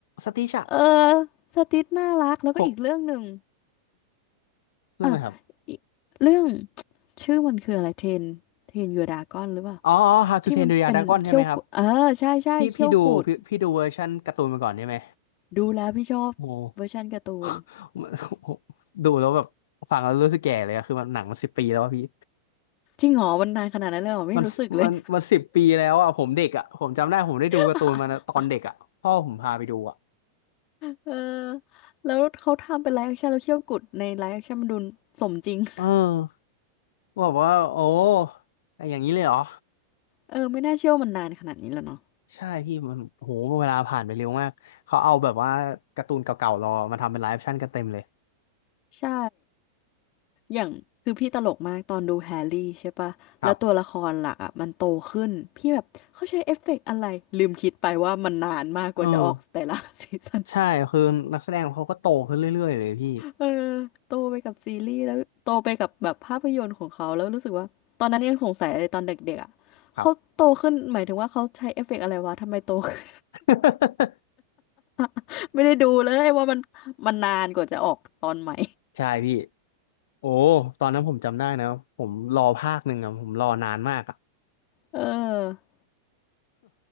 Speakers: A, on the left; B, on the left.
A: สติชอะ
B: เออสติสน่ารักแล้วก็อีกเรื่องหนึ่ง
A: ผมเรื่องอะไรครับ
B: อ่ะอีกเรื่อง <tsk> ชื่อมันคืออะไรเทนเทนยูดากอนหรือเปล่า
A: อ๋ออ๋อ How to
B: ที่มันเป็นเขี้ยวกุดเออใช่ใช่เขี้ยวกุด
A: Train Your Dragon ใช่ไหมครับพี่พี่ดูพี่พี่ดูเวอร์ชันการ์ตูนมาก่อนใช่ไหม
B: ดูแล้วพี่ชอบเวอร์ชันการ์ตูน
A: โอ้ <laughs> ดูแล้วแบบฟังแล้วรู้สึกแก่เลยอะคือมันหนังมันสิบปีแล้วอะพี่
B: จริงเหรอมันนานขนาดนั้นเลยเหรอไม่รู้สึกเลย
A: มันมันมันสิบปีแล้วอ่ะผมเด็กอ่ะผมจำได้ผมได้ดูการ์ตูนมาตอนเด็กอ่ะพ่อผมพาไปดูอ่ะ
B: <laughs> เออแล้วเขาทำเป็นไลฟ์แอคชั่นแล้วเขี้ยวกุดในไลฟ์แอคชั่นมันดูสมจริง
A: เออ
B: <laughs>
A: ว่าว่าโอ้แต่อย่างนี้เลยเหรอ
B: เออไม่น่าเชื่อว่ามันนานขนาดนี้แล้วเนาะ
A: ใช่พี่มันโหเวลาผ่านไปเร็วมากเขาเอาแบบว่าการ์ตูนเก่าๆเรามาทำเป็นไลฟ์แอคชั่นกันเต็มเลย
B: ใช่ อย่างคือพี่ตลกมากตอนดูแฮร์รี่ใช่ปะแล้วตัวละครหลักอ่ะมันโตขึ้นพี่แบบเขาใช้เอฟเฟกต์อะไรลืมคิดไปว่ามันนานมากกว่าจะออกแต่ละ
A: ครับเออ
B: <laughs> ซีซัน
A: ใช่คือนักแสดงเขาก็โตขึ้นเรื่อยๆเลยพี่
B: เออโตไปกับซีรีส์แล้วโตไปกับแบบภาพยนตร์ของเขาแล้วรู้สึกว่าตอนนั้นยังสงสัยเลยตอนเด็กๆอ่ะเขาโตขึ้นหมายถึงว่าเขาใช้เอฟเฟกต์อะไรวะทำไมโตขึ้น
A: ครับ <laughs>
B: <laughs> ไม่ได้ดูเลยว่ามันมันนานกว่าจะออกตอนใหม่
A: ใช่พี่โอ้ตอนนั้นผมจำได้นะผมรอภาคหนึ่งอะผมรอนานมากอะ
B: เออ